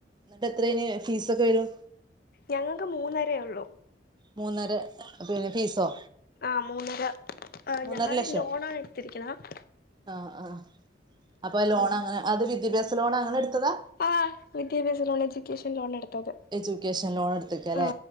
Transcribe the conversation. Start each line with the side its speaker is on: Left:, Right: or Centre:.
Right: എന്നിട്ട് എത്ര അയിന് ഫീസൊക്കെ വരും
Left: ഞങ്ങൾക്ക് മുന്നാരെ ഉള്ളൂ
Right: മൂന്നര പിന്നെ ഫീസോ
Left: ആ മൂന്നര ആ
Right: മൂന്നര
Left: ഞാന്
Right: ലക്ഷോ
Left: ലോണാണ് എടുത്തിരിക്കുന്നത്
Right: ആഹ് ആഹ് അപ്പൊ ലോൺ അങ്ങനെ അത് വിദ്യാഭ്യാസ ലോൺ അങ്ങനെ എടുത്തതാ
Left: ആ വിദ്യാഭ്യാസ ലോൺ എഡ്യൂക്കേഷൻ ലോൺ എടുത്തത്
Right: എഡ്യൂക്കേഷൻ ലോൺ എടുത്ക്ക അല്ലെ
Left: ആ